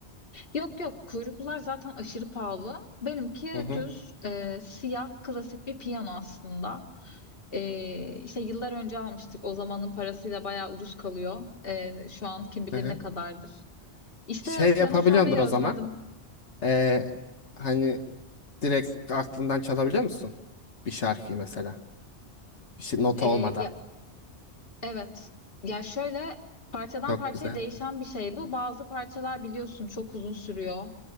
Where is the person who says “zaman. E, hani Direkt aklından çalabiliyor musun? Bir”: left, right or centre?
Left